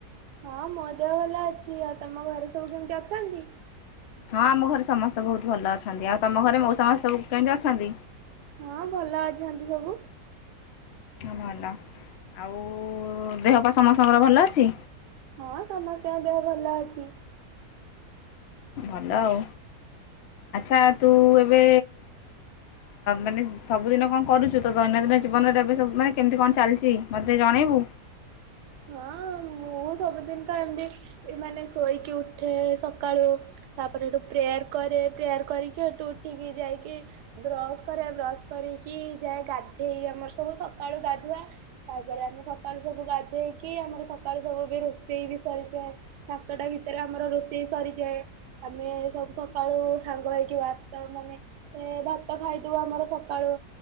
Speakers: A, on the right; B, on the left.
A: ହଁ ମୋ ଦେହ ଭଲ ଅଛି ଆଉ ତମ ଘରେ ସବୁ କେମିତି ଅଛନ୍ତି?
B: ହଁ ଆମ ଘରେ ସମସ୍ତେ ବହୁତ ଭଲ ଅଛନ୍ତି। ଆଉ ତମ ଘରେ ମଉସା ମାଉସୀ ସବୁ କେମତି ଅଛନ୍ତି?
A: ହଁ ଭଲ ଅଛନ୍ତି ସବୁ।
B: ହଁ ଭଲ ଆଉ ଦେହ ପାଇଁ ସମସ୍ତଙ୍କର ଭଲ ଅଛି?
A: ହଁ ସମସ୍ତଙ୍କ ଦେହ ଭଲ ଅଛି।
B: ଭଲ ଆଉ ଆଚ୍ଛା ତୁ ଏବେ ମାନେ ସବୁଦିନ କଣ କରୁଛୁ ତ ଦୈନନ୍ଦିନ ଜୀବନରେ ଏବେ ସବୁ ମାନେ କେମିତି କଣ ଚାଲିଛି ମତେ ଜଣେଇବୁ
A: ହଁ ମୁଁ ସବୁଦିନ ତ ଏମିତି ମାନେ ଶୋଇକି ଉଠେ ସକାଳୁ ତାପରେ ସେଠୁ ପ୍ରେୟାର କରେ ପ୍ରେୟାର କରିକିଠୁ ଉଠିକି ଯାଇକି ବ୍ରସ୍ କରେ ବ୍ରସ୍ କରିକି ଯାଏ ଗାଧେଇ ଆମର ସବୁ ସକାଳୁ ଗାଧୁଆ ତାପରେ ଆମେ ସକାଳୁ ସବୁ ଗାଧେଇକି ଆମ ସକା ସବୁ ବି ରୋଷେଇ ବି ସରିଯାଏ। ସାତଟା ଭିତରେ ଆମର ରୋଷେଇ ସରିଯାଏ ଆମେ ସବୁ ସକାଳୁ ସାଙ୍ଗ ହେଇକି ଭାତ ମାନେ ଭାତ ଖାଇଦବୁ ଆମର ସକାଳୁ